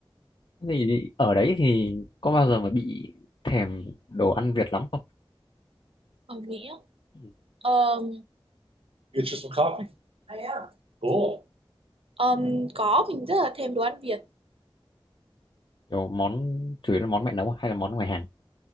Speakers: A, on the left; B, on the right.
A: thì ở đấy thì có bao giờ mà bị thèm đồ ăn Việt lắm không
B: Ở Mỹ á.
A: Ừ,
B: Ờ, Get you some coffee. I am. Cool. Ờm, có mình rất là thèm đồ ăn Việt
A: kiểu món chủ yếu là món mẹ nấu hay là món ngoài hàng